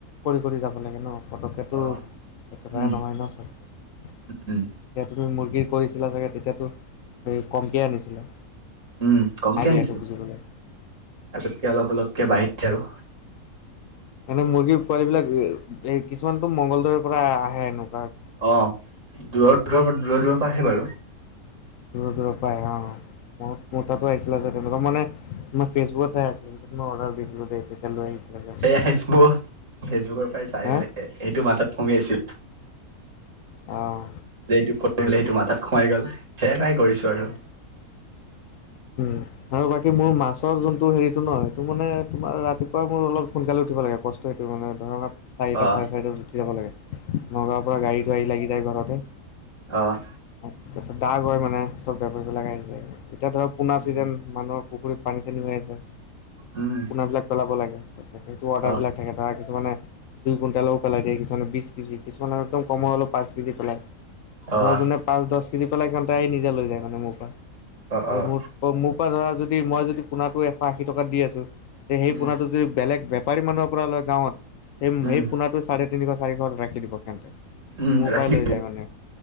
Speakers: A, on the left; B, on the right.
A: কৰি কৰি যাব লাগে ন। পটকেতো
B: অ
A: একেবাৰে
B: উম
A: নহয় ন চব বস্তু। যেতিয়া
B: উম
A: তুমি মুৰ্গীৰ কৰিছিলা চাগে তেতিয়াতো কমকিয়াই আনিছিলা।
B: উম কমকে
A: আইডিয়াটো
B: আনিছিলো,
A: বুজিবলৈ।
B: তাৰ পিছতকে অলপ অলপকে বাঢ়িছে আৰু।
A: এনে মুৰ্গীৰ পোৱালী বিলাক কিছুমানতো মঙলদৈ পৰা আহে হেনো
B: অঁ, দূৰৰ দূৰৰ পৰা দূৰৰ দূৰৰ পৰা আহে বাৰু।
A: দূৰ দূৰ পৰা অ ম তাতো আহিছিলে যে তেনেকুৱা মানে মাৰ ফেচবুকত চে আছে ত মই অৰ্ডাৰ দিছিলো দে। লৈ আহিছিলে। সিহঁতে।
B: সে ফেচবুক ফেচবুকৰ পৰাই চাই
A: হা
B: বেললেগ এইটো মথাত কমি আছিল।
A: অঁ
B: যে এইটো কৰিবলে সটো মাত খোমাই গ'ল সেয়াই কৰিছো। আৰু
A: উম। উম। আৰু বাকী মোৰ মাছৰ যোনটো হেৰিটো ন, এইটো মানে তোমাৰ ৰাতিপুৱা মোৰ অলপ সোনকালে উঠিব লাগে, কষ্ট ত এইটো মানে ধৰক। চাৰিটা
B: অ',
A: চাৰে চাৰিটাত উঠি যাব লাগে, নগাঁৱৰ পৰা গাড়ীটো আহি লাগি যায় ঘৰতে।
B: অঁহ।
A: তাৰপিছত দাগ হয় মানে চব বেপাৰী বিলাক আহি যায় আৰু এতিয়া ধৰক পোনা
B: উম,
A: চিজন মানুহ পুখুৰীত পানী চানী হৈ আছে,
B: উম
A: পোনাবিলাক পেলাব লাগে তাৰপিছত সেইটো অৰ্ডাৰবিলাক
B: অ',
A: থাকে। ধ কিছুমানে দুই কুইণ্টেলও পেলাই দিয়ে, কিছুমানে বিছ কেজি কিছুমানে একদম কমৰ হ'লেও পাঁচ কেজি পেলায়।
B: অ',
A: ধৰ যোনে পাঁচ দছ কেজি পেলাই সিহঁতে নিজে লৈ যায় মানে মোৰ পৰা
B: অ', অ',
A: আৰু মোৰ মোৰ পৰা ধৰা যদি মই যদি পোনা টো এশ আশী টকাত দি আছো, তে সেই
B: উম,
A: পোনাটো যদি বেলেগ ব বেপাৰী মানুহৰ পৰা লৈ গাঁৱত, সেই
B: উম,
A: সেই পোনাটো চাৰে তিনিশ চাৰিশ ৰাখি দিব তেহেতে
B: উম,
A: মোৰ
B: ৰাখি
A: পৰাই লৈ
B: দি
A: যায় মানে,